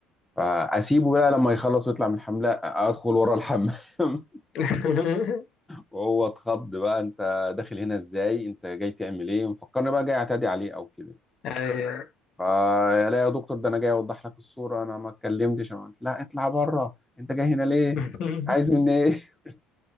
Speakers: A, in the centre; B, on the left (about 50°).
A: فاسيبه بقى لما يخلص ويطلع من الحمام لا ادخل ورا الحمام <laughs>
B: <laughs>
A: وهو اتخض بقى انت داخل هنا ازاي انت جاي تعمل ايه مفكرني بقى جاي اعتدي عليه او كده
B: أيوة.
A: فلا يا دكتور ده انا جاي اوضح لك الصوره انا ما اتكلمتش انا قلت لا اطلع بره انت جاي هنا ليه
B: <laughs>
A: عايز مني ايه <laughs>